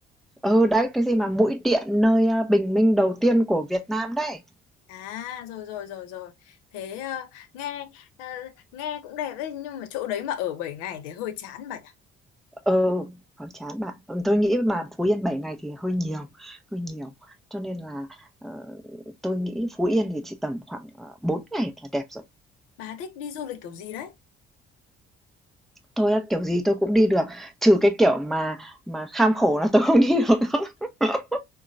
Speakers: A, in the centre; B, on the left.
A: Ừ đấy cái gì mà mũi điện nơi à, bình minh đầu tiên của Việt Nam đấy.
B: à rồi rồi rồi rồi thế à, nghe à, nghe cũng đẹp đấy nhưng mà chỗ đấy mà ở 7 ngày thì hơi chán bà nhỉ
A: Ừ, khó chán bạn. Ừm, tôi nghĩ mà Phú Yên 7 ngày thì hơi nhiều, hơi nhiều. Cho nên là, ờ, tôi nghĩ Phú Yên thì chỉ tầm khoảng, ờ, 4 ngày là đẹp rồi.
B: bà thích đi du lịch kiểu gì đấy
A: Tôi á, kiểu gì tôi cũng đi được, trừ cái kiểu mà mà kham khổ là tôi không đi được <laughs>